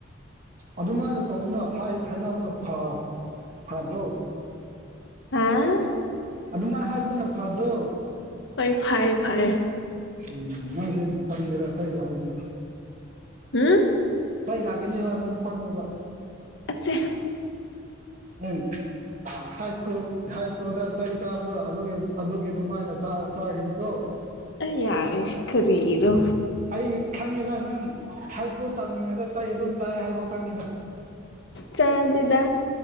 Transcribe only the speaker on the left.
ꯍꯥꯥ
ꯍꯣꯏ ꯐꯌꯦ ꯐꯌꯦ
ꯍꯝ
ꯑꯁꯦ
ꯑꯪ ꯌꯥꯔꯦ ꯀꯔꯤꯔꯣ
ꯆꯥꯗꯦꯗ